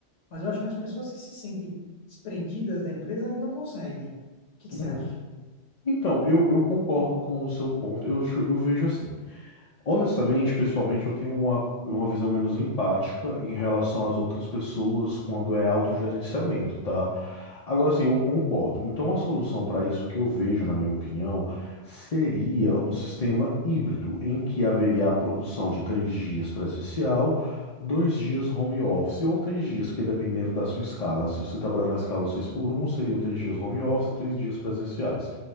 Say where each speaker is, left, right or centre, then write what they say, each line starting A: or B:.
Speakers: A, on the left; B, on the left.
A: mas eu acho que as pessoas que se sentem desprendidas da empresa não conseguem. O que que
B: uhum.
A: você acha?
B: Então, eu, eu concordo com o seu ponto. Eu, ju- eu vejo assim. Honestamente, pessoalmente, eu tenho uma, uma visão menos empática em relação às outras pessoas quando é autogerenciamento, tá? Agora sim, eu concordo. Então, a solução para isso que eu vejo, na minha opinião, seria um sistema híbrido em que haveria a produção de três dias presencial, dois dias home office ou três dias, que dependendo da sua escala. Se você trabalhar na escala 6 por um, seria três dias home office e três dias presenciais.